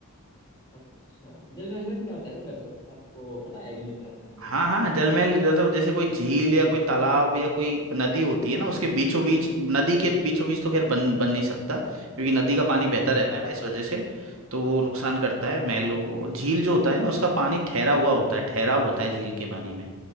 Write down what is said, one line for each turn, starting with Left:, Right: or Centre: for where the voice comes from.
Left: अच्छा जल महल में क्या होता है सर वैसे कुछ आपको पता है मतलब क्या होता है वहाँ जल
Right: हाँ
Left: महल में
Right: हाँ जलमहल मतलब जैसे कोई झील या कोई तालाब या कोई नदी होती है ना उसके बीचों बीच नदी
Left: हम्म
Right: के बीचों बीच तो खैर बन बन नहीं सकता क्योंकि नदी का पानी बहता
Left: हम्म
Right: रहता
Left: हम्म,
Right: है ना इस वजह से तो वो
Left: हम्म, हम्म,
Right: नुकसान
Left: हम्म।
Right: करता है महलों को झील जो होता है ना उसका पानी ठहरा हुआ होता है ठहराव होता है झील के पानी में